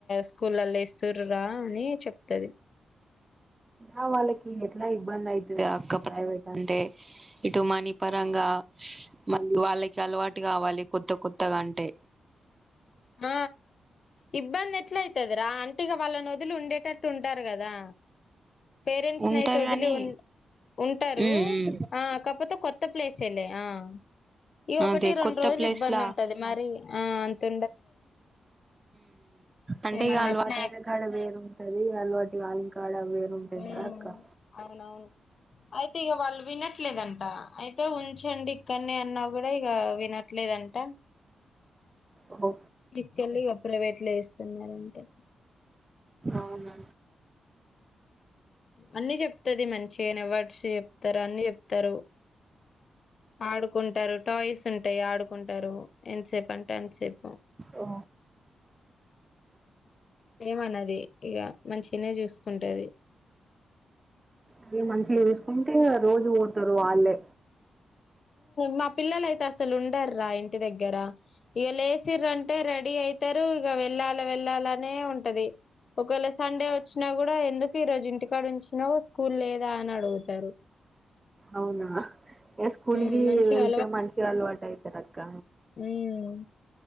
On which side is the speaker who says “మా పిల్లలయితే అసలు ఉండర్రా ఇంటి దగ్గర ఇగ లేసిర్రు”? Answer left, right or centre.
Left